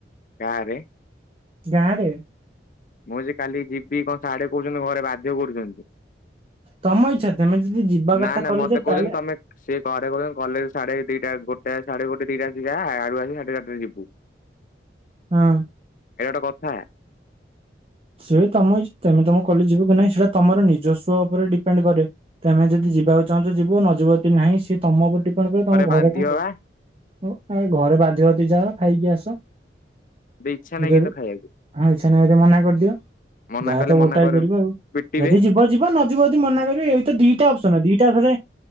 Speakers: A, on the left; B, on the right.
A: ଗାଁରେ
B: ଗାଁରେ?
A: ମୁଁ କହିଲି କାଲି ଯିବି କଣ ସାଡେ କହୁଛନ୍ତି ଘରେ ବାଧ୍ୟ କରୁଛନ୍ତି।
B: ତମ ଇଚ୍ଛା ତମେ ଯଦି ଯିବା
A: ନା
B: କଥା
A: ନା
B: କଲେଜ
A: ମତେ କହୁଛନ୍ତି
B: ତାହେଲେ
A: ତମେ ସେ ଘରେ କହୁଛନ୍ତି କଲେଜ ସାଢେ ଦିଟା ଗୋଟା ସାଢେ ଗୋଟେ ଦିଟା ବାଜିକି ଆ ଆଡ଼େ ଆସି ସାଢେ ଚାରିଟାରେ ଯିବୁ।
B: ହଁ।
A: ଏଇଟା ଗୋଟେ କଥା।
B: ସିଏ ତମ ଇଛ ତମେ ତମେ କଲେଜ ଯିବ କି ନାଇଁ ସେଇଟା ତମର ନିଜସ୍ୱ ଉପରେ ଡିପେଣ୍ଡ କରେ। ତମେ ଯଦି ଯିବାକୁ ଚାହୁଁଛ ଯିବ ନ ଯିବ ଯଦି ନାହିଁ ସିଏ ତମ ଉପରେ ଡିପେଣ୍ଡ କରିବ ତମ ଘରେ
A: ବାଧ୍ୟ
B: କଣ କହିବ?
A: ବା
B: ଓ ଆ ଘରେ ବାଧ୍ୟ ଅଛି ଯଦି ଯାଅ ଖାଇକି ଆସ।
A: ଇଚ୍ଛା ନାହିଁ
B: ଯଦି
A: କିନ୍ତୁ ଖାଇବାକୁ
B: ଆ ଇଛା ନାହିଁ ଯଦି ମନା କରିଦିଅ।
A: ମନା
B: ଯାହା
A: କଲେ
B: ତ
A: ମନା
B: ଗୋଟାଏ
A: କର
B: କରିବ ଆଉ
A: ପିଟିବେ
B: ଯଦି ଯିବ ଯିବ ନ ଯିବ ଯଦି ମନା କରିବ ଏଇ ତ ଦିଟା ଅପସନ ଦିଟାରେ